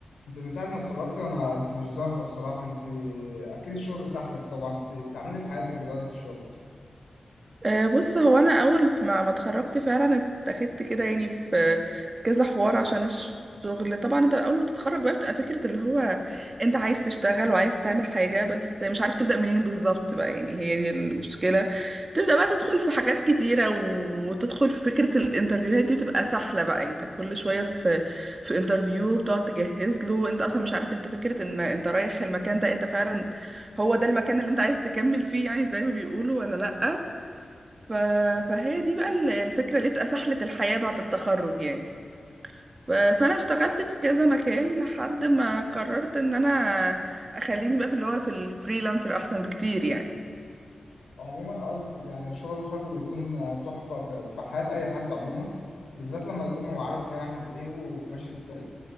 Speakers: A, on the left; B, on the right.
A: انت من ساعة ما اتخرجت وانا انت مش ظاهرة الصراحة انت اكيد الشغل سحلك طبعا انت بتعملي إيه في حياتك دلوقتي في الشغل
B: آه، بص هو انا اول ما ما اتخرجت فعلا اتاخدت كده يعني في كذا حوار عشان الشغل طبعا انت اول ما بتتخرج بقى بتبقى فكره اللي هو انت عايز تشتغل وعايز تعمل حاجه بس مش عارف تبدا منين بالظبط بقى يعني هي دي المشكله بتبدا بقى تدخل في حاجات كتيره وتدخل في فكره الانترفيوهات دي بتبقى سهله بقى يعني انت كل شويه في في انترفيو بتقعد تجهز له انت اصلا مش عارف انت فكره ان انت رايح المكان ده انت فعلا هو ده المكان اللي انت عايز تكمل فيه يعني زي ما بيقولوا ولا لا ف... فهي دي بقى ال- الفكرة اللي بتبقى سحلة الحياة بعد التخرج يعني ف... فأنا اشتغلت في كذا مكان لحد ما قررت إن أنا أخليني بقى في اللي هو في الفريلانسر أحسن بكتير يعني
A: عموما اه يعني الشغل الحر بيكون تحفة في في حياة اي حد عموما بالذات لما يكون هو عارف هيعمل ايه وماشي ازاي